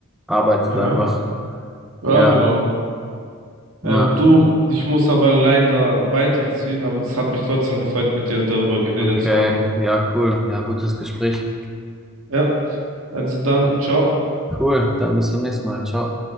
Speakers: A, in the centre; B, on the right (about 75°).
A: arbeitet
B: Aha.
A: einfach.
B: Ja,
A: Ja,
B: genau.
A: na,
B: Ähm, du, ich muss aber leider weiterziehen, aber das hat mich trotzdem gefreut, mit dir darüber geredet
A: okay,
B: zu haben.
A: ja, cool. Ja, gutes Gespräch.
B: Ja, also dann, ciao.
A: Cool, dann bis zum nächsten Mal. Ciao.